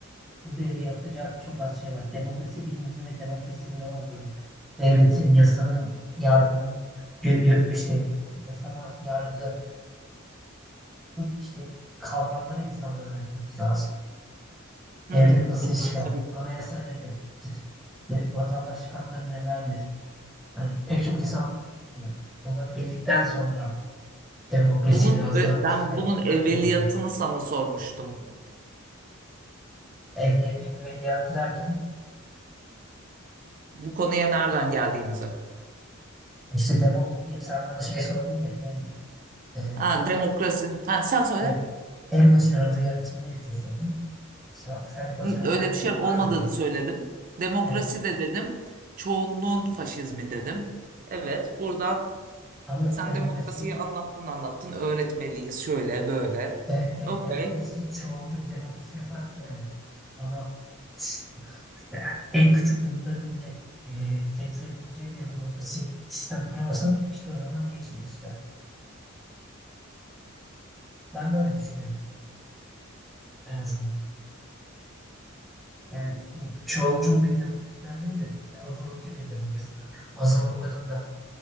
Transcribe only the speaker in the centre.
bu devre yapacağı çok az şey var. Demokrasi bilincinin ve demokrasinin ne olduğunu, devletin, yasanın, yargının, y- y- işte yasama, yargının işte kavramları insanlara öğretmemiz lazım.
Devlet nasıl
iş çıkar?
Anayasa nedir? Ve Vatandaşlık hakları nelerdir? Yani pek çok insan bunları bilmiyor. Bunları bildikten sonra demokrasi
biraz
daha
işlevsel
hale gelecek.
Evli, evveliyatı derken
işte demo, sen bana şey sordun ya en e,
hayır, en başarılı yönetim nedir dedim. Sen- Sence başarılı
bir yönetim
var mı diye.
Evet
ama
demokrasi
de, de-
demokrasi çoğulcu bir demokrasi yaparsan evet. Ama ş- işte en küçük grupların bile e, temsil edileceği bir demokrasi sistem kurarsan işte o zaman değişir işler. Ben böyle düşünüyorum en azından. Yani e, çoğulcu bir demokrasiden değil de azınlıkçı bir demokrasiden. Azınlıkların da